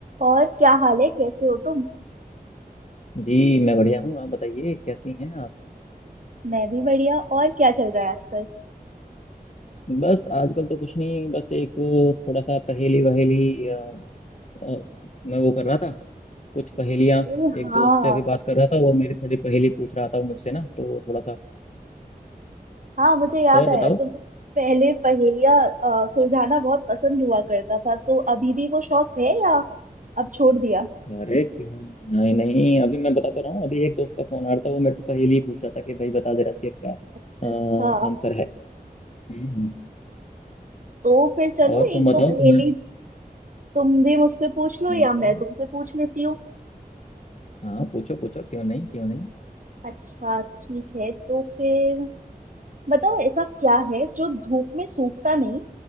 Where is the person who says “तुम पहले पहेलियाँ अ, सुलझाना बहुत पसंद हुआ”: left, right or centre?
Right